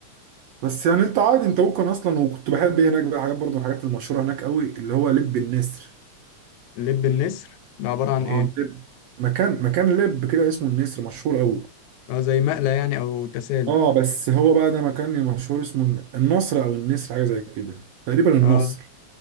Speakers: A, on the right; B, on the left.
A: بس يعني أنت عادي أنت ممكن أصلا وكنت بحب إيه هناك بقى حاجات برضه من الحاجات المشهورة هناك أوي اللي هو لب النسر
B: لب النسر ده عبارة عن
A: اه
B: ايه
A: لب مكان مكان لب كده اسمه النسر مشهور أوي
B: اه زي مقلى يعني او تسالي
A: اه بس هو بقى ده مكان مشهور اسمه الن- النصر أو النسر حاجة زي كده تقريبا النصر
B: اه